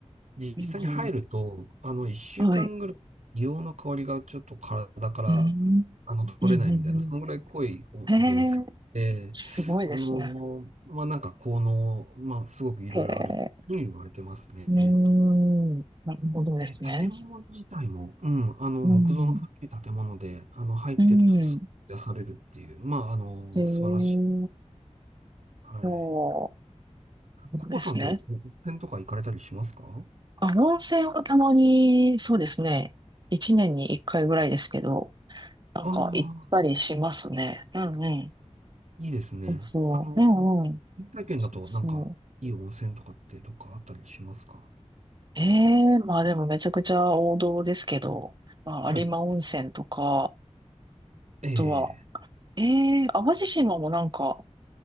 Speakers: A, on the right (about 75°); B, on the right (about 40°).
A: 実際に入ると、
B: うん、
A: あの、一週間ぐらい、
B: はい、
A: 硫黄の香りがちょっと体から、
B: うん、
A: あの、取れないみたいな、
B: うん、うん、う
A: そのぐらい濃いお源泉で、
B: ん。えーすごいですね。
A: あの、まあ、なんか効能、まあ、すごくいろいろあるというふうに言われてますね。
B: へえ、うーん、なるほどですね。
A: で、建物自体も、うん、あの、
B: うん、
A: 木造の古い建物で、あの、入ってるとすごく癒されるっていう、
B: うん、
A: まあ、あの、
B: へえ、
A: 素晴らしい。はい。
B: そう、なるほどですね。
A: コポさんって、温泉とか行かれたりしますか
B: あ、温泉はたまに、そうですね。一年に一回ぐらいですけど、なんか行ったりしますね。
A: ああ
B: うんうん。
A: いいですね。
B: そうそう。
A: あの、
B: うんうん。
A: 原体験だとなんか、
B: そうそう。
A: いい温泉とかってどっかあったりしますか
B: ええまあでもめちゃくちゃ王道ですけど、まあ、
A: はい。
B: 有馬温泉とか、あ
A: あ、ええ
B: とは、ええ淡路島もなんか、